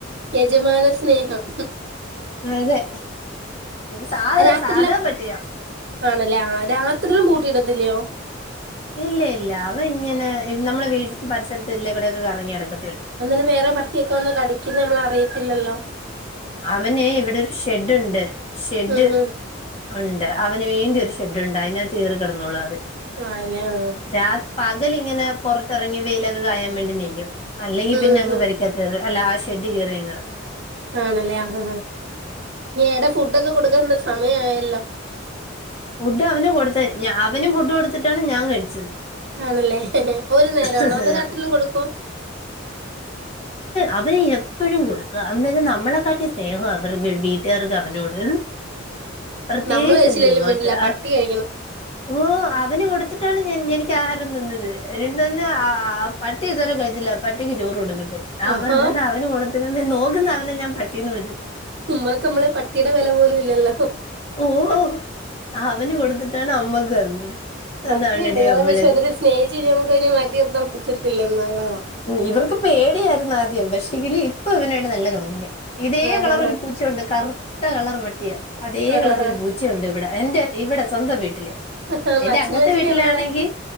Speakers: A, on the right; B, on the left.
A: യജമാന സ്നേഹം
B: അതെ സാധാ
A: രാത്രിലും
B: സാധാ പട്ടിയാ
A: ആണല്ലേ ആ രാത്രിലും പൂട്ടിയിടത്തില്ലിയോ
B: ഇല്ല ഇല്ല അവ ഇങ്ങനെ നമ്മളെ വീ പരിസരത്ത് ഇല്ലേ കൂടൊക്കെ കറങ്ങിനടക്
A: അന്നേരം വേറെ പട്ടിയൊക്കെ വന്ന് കടിക്കുന്ന നമ്മളറിയത്തില്ലല്ലോ
B: അവന് ഇവിടൊരു ഷെഡ്ഡുണ്ട് ഷെഡ്
A: ഉം ഉം
B: ഒണ്ട് അവന് വേണ്ടി ഒരു ഷെഡ്ഡുണ്ട് അതിനാത്ത് കേറി കിടന്നോളും അവൻ
A: ആല്ലേ ആഹ്
B: രാ പകലിങ്ങനെ പുറത്തിറങ്ങി വെയിലൊക്കെ കായാൻ വേണ്ടി നെയ്യും അല്ലെങ്കിൽ
A: ഉം
B: പിന്നെ അങ്ങ്
A: ഉം
B: പേരക്കാത്കേറി അല്ല ആ ഷെഡി കേറിയങ്ങു കെട
A: ആണല്ലേ ആഹ് ആഹ് ഇനി അയാടെ ഫുഡൊക്കെ കൊടുക്കാനുള്ള സമയായല്ലോ
B: ഫുഡ് അവന് കൊടുത്ത അവനും ഫുഡ് കൊടുത്തിട്ടാണ് ഞാൻ കഴിച്ചത്
A: ആണല്ലേ ഒരു നേരമാണോ
B: അവ <unintelligible>
A: അതോ രാത്രിയിലും കൊടുക്കുവോ
B: അവര് എപ്പ് എപ്പഴും കൊടുക്കാ അന്നരം നമ്മളെക്കാട്ടി സ്നേഹവ അവർ വീട്ടുകാർക്ക് അവനോട് പ്രത്യേകിച്ച്
A: നമ്മൾ കഴച്ചില്ലേലും
B: എന്റെ ഉമ്മാക്ക്
A: വേണ്ടില്ല പട്ടി കഴിക്കണം
B: ഓ അവന് കൊടുത്തിട്ടാണ് ഞാൻ എനിക്ക് ആഹാരം തന്നത് <unintelligible> തന്നെ ആ പട്ടി ഇതുവരെ കഴിച്ചില്ല പട്ടിക്ക് ചോറ് കൊടുക്കട്ട് അതങ്ങനാ
A: ആഹാ
B: അവന് കൊടുത്തിരുന്നേൽ നോക്കുന്ന അവനെ ഞാൻ പട്ടീന്ന് വിളിച്ച
A: ഉമ്മാക്ക് നമ്മളെ പട്ടിടെ വെല പോലും ഇല്ലല്ലോ
B: ഓ ഓ അവന് കൊടുത്തിട്ടാണ് അമ്മക്ക് തന്നത്
A: സത്യാ
B: അതാണെടി
A: നിങ്ങളെ
B: നമ്മള്
A: <unintelligible> പക്ഷെ അതിന് സ്നേഹിച്ച് കഴിഞ്ഞാ നമുക്ക് അതിനെ മാറ്റി നിർത്താൻ പറ്റത്തില്ല എന്നുള്ളതാ
B: ഇവർക്ക് പേടിയായിരുന്നു ആദ്യം പക്ഷെ എങ്കില് ഇപ്പൊ ഇവനുവായിട്ട് നല്ല കമ്പനിയാ ഇതേ
A: ആഹ്
B: കളർ
A: ആഹ്
B: ഒരു പൂച്ചയുണ്ട് കറുത്ത കളർ പട്ടിയാ <unintelligible>
A: ആഹ്
B: കളർ
A: ആഹ്
B: ഒരു പൂച്ചയുണ്ട് ഇവിടെ എന്റെ ഇവിടെ സ്വന്തം വീട്ടില്
A: ആഹ്
B: എന്റെ
A: മാച്ചിങ്
B: അങ്ങത്തെ
A: മാച്ചിങ്
B: വീട്ടിലാണെങ്കി
A: ആണല്ലോ